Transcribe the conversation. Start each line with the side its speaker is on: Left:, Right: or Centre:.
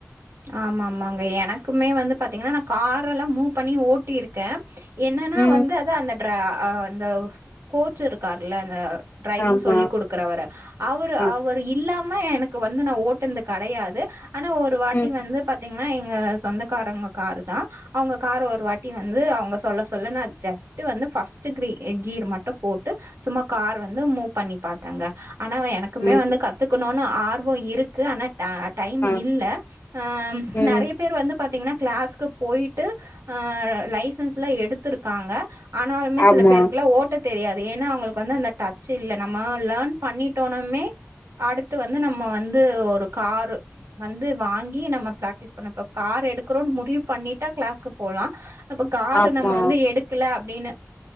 Right: ஆமா ஆமாங்க எனக்குமே வந்து பாத்தீங்கனா நா கார் எல்லா மூ பண்ணி ஓட்டியிருக்கே என்னனா
Left: ம்
Right: வந்து அத அந்த டிரா அந்த கோச் இருக்கார்ல அந்த டிரைவிங்
Left: ஆமா
Right: சொல்லி குடு க்றவரு அவரு
Left: ஆம்
Right: அவரு இல்லாம எனக்கு வந்து நா ஓட்டுந்து கெடையாது ஆனா ஒரு
Left: ம்
Right: ட்டி வந்து பாத்தீங்கன்னா எங்க சொந்தக்காரங்க காரு தா அவங்க காரு ஒரு வாட்டி வந்து அவங்க சொல்ல சொல்ல நா ஜஸ்ட் வந்து ஃபஸ்ட்டு கிரீ கீர் மட்டு போட்டு சும்மா கார் வந்து மூ பண்ணி பாத்தங்க ஆனா எனக் குமே
Left: ம்
Right: வந்து கத்துக்கணுனு ஆர்வோ இருக்கு ஆனா ட டைமு
Left: ஆ
Right: இல்ல அம்
Left: ம்
Right: நறைய பேர் வந்து பாத்தீங்ன்னா கிளாஸ்க்கு போயிட்டு அ லைசன்ஸ் லா எடுத்துருக்காங்க ஆனாலுமே
Left: ஆமா
Right: சில பேருக்குலா ஓட்டத் தெரியாது ஏனா அவுங்களுக்கு வந்து அந்த டச் இல்ல நம்ம லேர்ன் பண்ணிட்டோனுமே அடுத்து வந்து நம்மோ வந்து ஒரு காரு வந்து வாங் கி நம்ம பிராக்டிஸ் பண்ண இப்ப கார் எடுக்றோன் முடிவு பண்ணிட்டா கிளாஸ்க்கு போலா அப்ப கார
Left: ஆமா
Right: நம்ம வந்து எடுக்குல அப்டின்னு